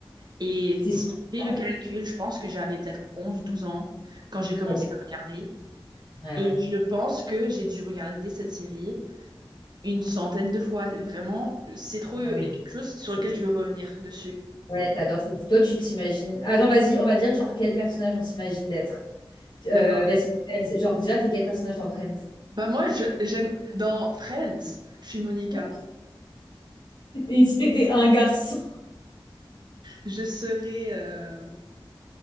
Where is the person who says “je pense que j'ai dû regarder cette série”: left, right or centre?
Right